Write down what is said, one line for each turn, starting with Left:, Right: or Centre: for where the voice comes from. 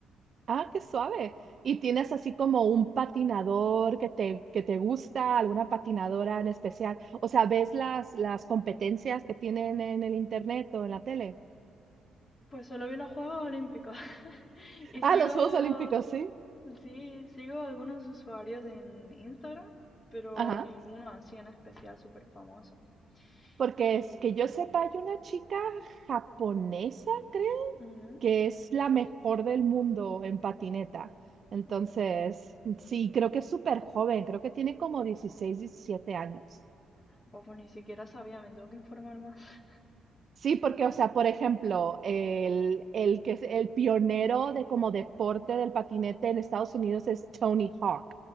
Right: Ah, qué suave.
Left: Y
Right: ¿Y tienes así como un patinador que te, que te gusta, alguna patinadora en especial? O sea, ¿ves las, las competencias que tienen en el internet o en la tele?
Left: pues solo vi las Juegos Olímpicos <laughs> y
Right: Ah,
Left: sigo
Right: los Juegos Olímpicos, sí.
Left: Sí, sigo algunos usuarios en Instagram, pero
Right: Ajá.
Left: ninguno así en especial súper famoso.
Right: Porque
Left: Y...
Right: es que yo sepa, hay una chica japonesa, creo,
Left: ujú,
Right: que es la mejor del mundo en patineta. Entonces,
Left: Dios,
Right: sí, creo que es súper joven, creo que tiene como 16, 17 años.
Left: pues ni siquiera sabía, me tengo que informar más. <laughs>
Right: Sí, porque, o sea, por ejemplo, el, el que es el pionero de como deporte del patinete en Estados Unidos es Tony Hawk,